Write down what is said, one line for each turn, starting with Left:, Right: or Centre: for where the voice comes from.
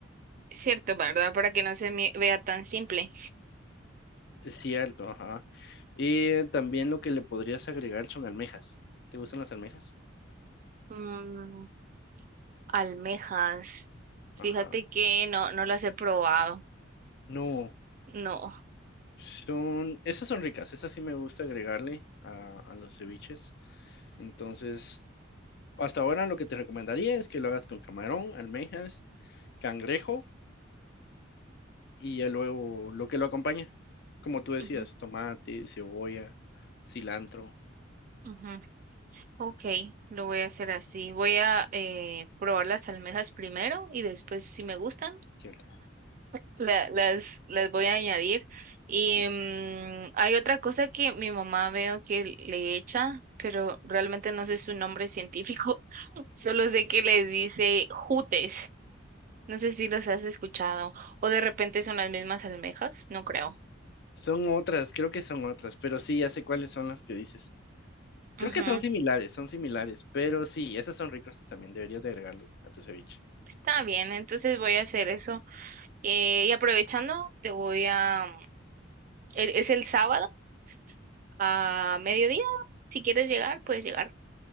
Right: es cierto, ¿verdad? Para que no se me vea tan simple.
Left: Es cierto, ajá. Y también lo que le podrías agregar son almejas. ¿Te gustan las almejas?
Right: Mm, almejas. Fíjate
Left: Ajá.
Right: que no, no las he probado.
Left: No,
Right: No.
Left: son, esas son ricas, esas sí me gusta agregarle a, a los ceviches. Entonces, hasta ahora lo que te recomendaría es que lo hagas con camarón, almejas, cangrejo y ya luego lo que lo acompaña. Como tú decías,
Right: Ujú,
Left: tomate, cebolla, cilantro,
Right: ujú. Ok, lo voy a hacer así. Voy a eh, probar las almejas primero y después, si me gustan,
Left: ¿cierto?
Right: la- las, las voy a añadir. Y
Left: Sí.
Right: mm, hay otra cosa que mi mamá veo que le echa, pero realmente no sé su nombre científico, <laughs> solo sé que le dice jutes. No sé si los has escuchado o de repente son las mismas almejas, no creo.
Left: Son otras, creo que son otras, pero sí, ya sé cuáles son las que dices. Creo
Right: Ujú.
Left: que son similares, son similares, pero sí, esos son ricos también, deberías de agregarlo a tu ceviche.
Right: Está bien, entonces voy a hacer eso. Eh, y aprovechando, te voy a... e- Es el sábado a mediodía. Si quieres llegar, puedes llegar.